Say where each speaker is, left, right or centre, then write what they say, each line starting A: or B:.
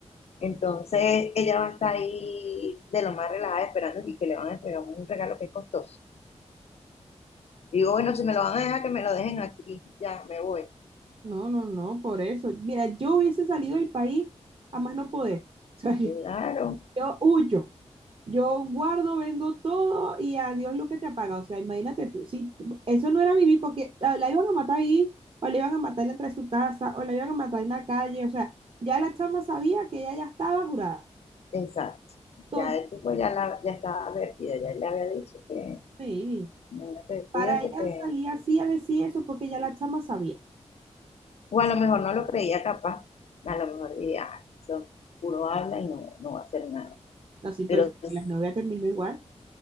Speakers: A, on the left (about 60°); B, on the right (about 45°).
A: entonces ella va a estar ahí de lo más relajada esperando y que le van a entregar un regalo que es costoso. Digo, bueno, si me lo van a dejar, que me lo dejen aquí, ya me voy.
B: No, no, no, por eso. Mira, yo hubiese salido del país a más no poder. <laughs> O sea,
A: Claro,
B: yo huyo. Yo guardo, vendo todo y adiós lo que te apaga. O sea, imagínate tú. Si tú- eso no era vivir porque ah, la iban a matar ahí, o la iban a matar dentro de su casa, o la iban a matar en la calle. O sea, ya la chama sabía que ella ya estaba jurada.
A: exacto.
B: Entonces,
A: Ya el tipo ya, la, ya estaba advertida, ya él le había dicho que,
B: sí,
A: imagínate,
B: para
A: cuídate
B: ella
A: que...
B: salía así a decir eso porque ya la chama sabía.
A: O a lo mejor no lo creía capaz, a lo mejor diría, "Ah, eso puro habla y no, no va a hacer nada.
B: No, sí,
A: Pero,
B: pero
A: pues,
B: la novia terminó igual.